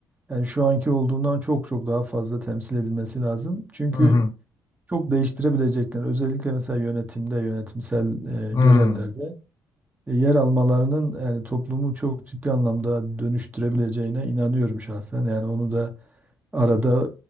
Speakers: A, on the right; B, on the left.
A: yani şu anki olduğundan çok çok daha fazla temsil edilmesi lazım. Çünkü
B: Hı hı.
A: çok değiştirebilecekler. Özellikle mesela yönetimde, yönetimsel
B: Hı.
A: e, görevlerde. e, yer almalarının yani toplumu çok ciddi anlamda dönüştürebileceğine inanıyorum şahsen. Yani onu da arada